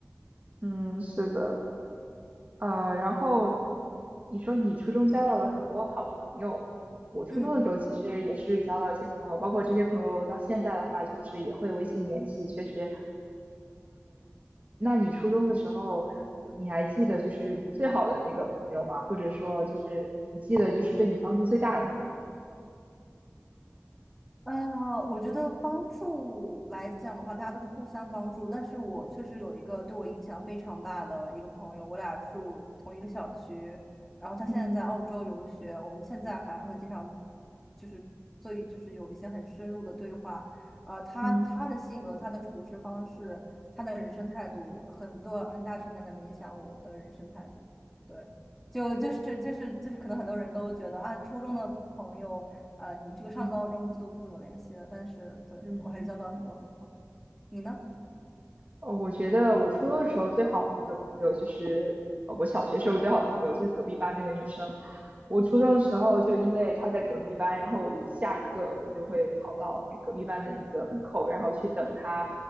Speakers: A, on the right; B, in the centre.
A: 嗯，是的，呃，然后你说你初中交到了很多好朋友，我初中的时候其实也是交到一些朋友，
B: 嗯。
A: 包括这些朋友到现在的话，就是也会微信联系，确实。那你初中的时候，你还记得就是你最好的那个朋友吗？或者说就是你记得就是对你帮助最大的那个人？
B: 呃，我觉得帮助来讲的话，大家都是互相帮助。但是我确实有一个对我影响非常大的一个朋友，我俩住同一个小区，然后他现在在澳洲留学，
A: 嗯
B: 我们现在还会经常就是所以就是有一些很深入的对话。呃，他他的性格、
A: 嗯
B: 他的处事方式、他的人生态度，很多很大层面的能影响我的人生态度。对，就就是就是就是，可能很多人都觉得啊，初中的朋友。呃，你这个上高中就不怎么联系了，
A: 嗯
B: 但是对我还是交到很多很好的。
A: 嗯，
B: 你呢？
A: 呃，我觉得我初中的时候最好的一个朋友就是，呃我小学时候最好的朋友就是隔壁班那个女生。我初中的时候就因为她在隔壁班，然后我一下课我就会跑到那隔壁班的那个门口，然后去等她，